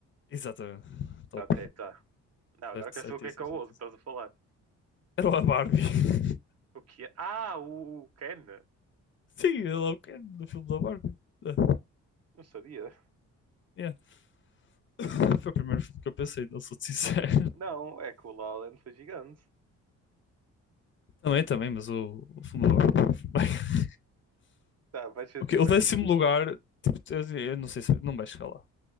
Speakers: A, on the left; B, on the right.
A: Exatamente. Top.
B: Tá, Ok, tá. Não, agora
A: Certo,
B: quero
A: certíssimo,
B: saber o que é que é
A: certíssimo.
B: o outro que estás a falar.
A: Era a Barbie. <laughs>
B: O que é? Ah, o o Ken.
A: Sim, ele é o Ken do filme da Barbie. Ah,
B: Não sabia.
A: yeah. <laughs> Foi o primeiro filme que eu pensei, não sou sincero.
B: Não, é que o Lowland foi gigante.
A: Também, também, mas o, o segundo lugar. Bem, <laughs>
B: Tá, faz sentido,
A: ok, o
B: faz
A: décimo
B: sentido.
A: lugar, tipo, eu, eu não sei se não vai chegar lá.